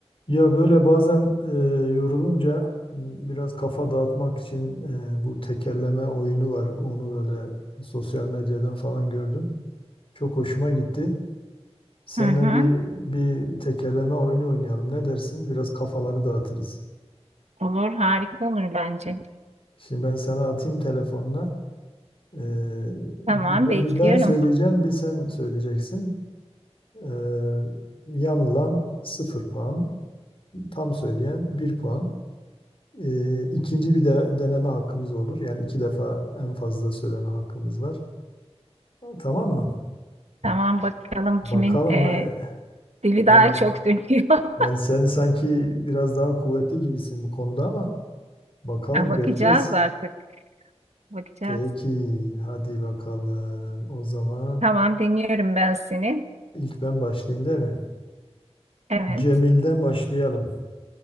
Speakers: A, on the left; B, on the right.
A: Ya böyle bazen e, yorulunca m, biraz kafa dağıtmak için e, bu tekerleme oyunu var. Onu böyle sosyal medyadan falan gördüm. Çok hoşuma gitti. Seninle
B: Hı hı.
A: bir bir tekerleme oyunu oynayalım. Ne dersin? Biraz kafaları dağıtırız.
B: Olur, harika olur bence.
A: Şimdi ben sana atayım telefonuna. E, bir
B: Tamam, bekliyorum.
A: bir ben söyleyeceğim, bir sen söyleyeceksin. E, yanılan sıfır puan, tam söyleyen bir puan. E, ikinci bir de, deneme hakkımız olur. Yani iki defa en fazla söyleme hakkımız var. Tamam mı?
B: Tamam, bakalım
A: Bakalım.
B: kimin e,
A: e,
B: dili
A: Yani
B: daha çok dönüyor.
A: yani
B: <laughs>
A: sen sanki biraz daha kuvvetli gibisin bu konuda ama bakalım
B: Ha, Bakacağız
A: göreceğiz.
B: artık, bakacağız.
A: Peki, hadi bakalım. O zaman
B: Tamam, dinliyorum ben seni.
A: ilk ben başlayayım değil mi?
B: Evet,
A: Cemil'den başlayalım.